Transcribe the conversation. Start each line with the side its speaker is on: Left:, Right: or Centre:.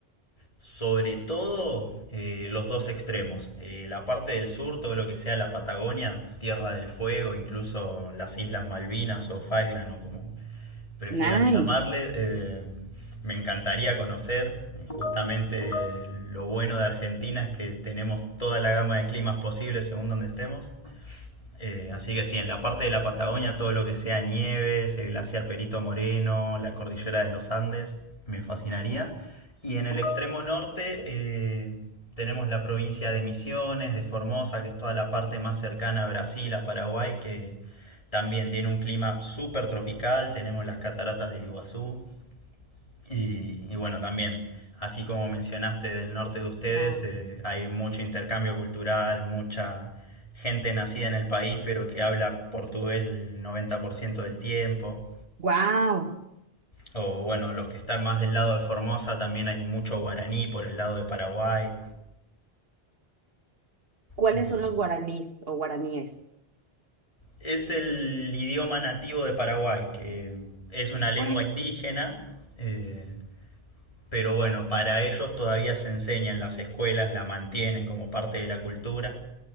Left: Sobre todo eh, los dos extremos. Eh, la parte del sur, todo lo que sea la Patagonia, Tierra del Fuego, incluso las Islas Malvinas o Falkland o como prefieran
Right: Nice.
Left: llamarle, eh, me encantaría conocer. Justamente eh, lo bueno de Argentina es que tenemos toda la gama de climas posibles según donde estemos. Eh, así que sí, en la parte de la Patagonia, todo lo que sea nieves, el glaciar Perito Moreno, la cordillera de los Andes, me fascinaría. Y en el extremo norte eh, tenemos la provincia de Misiones, de Formosa, que es toda la parte más cercana a Brasil, a Paraguay, que también tiene un clima súper tropical, tenemos las cataratas del Iguazú, y, y bueno, también, así como mencionaste del norte de ustedes,
Right: Wow.
Left: eh, hay mucho intercambio cultural, mucha gente nacida en el país, pero que habla portugués el 90% del tiempo.
Right: Wow.
Left: O bueno, los que están más del lado de Formosa, también hay mucho guaraní por el lado de Paraguay.
Right: ¿Cuáles
Left: Eh,
Right: son los guaraníes o guaraníes?
Left: es el idioma nativo de Paraguay, que es una lengua
Right: Órale.
Left: indígena, eh, pero bueno, para ellos todavía se enseña en las escuelas, la mantienen como parte de la cultura.